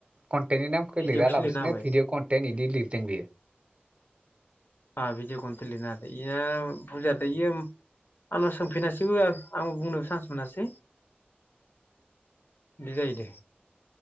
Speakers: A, on the right (about 30°); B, on the left (about 60°).
A: कन्टेननि नामखौ
B: भिडिअखौसो
A: लिरा लाबासिनो
B: लिरना होबाय
A: भिडिअ कन्टेन बिदि लिरदों बेयो
B: आ भिडिअखौन्थ लिरनोदों बेना फुल जादों इयो आंनाव सोंफिनासैबो आं बुंनोबो चान्स मोनासै बिदि जाहैदो